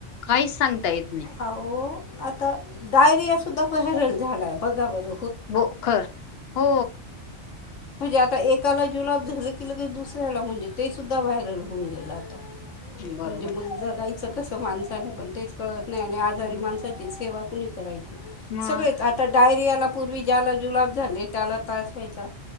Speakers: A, on the left; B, on the left.
A: काही सांगता येत नाही.
B: आहो आता डायरिया सुद्धा व्हायरल झालाय बघा बर
A: ब खरं हो
B: म्हणजे आता एकाला जुलाब झाले की लगेच दुसऱ्याला म्हणजे ते सुद्धा व्हायरल होऊन गेलं आता
A: बरोबर.
B: म्हणजे मग जगायचं कस माणसाने पण तेच कळतं नाही आणि आजारी
A: हं,
B: माणसाची सेवा कणी करायची
A: मग
B: सगळेच आता डायरियाला पूर्वी ज्याला जुलाब झाले त्याला त्रास व्हायचा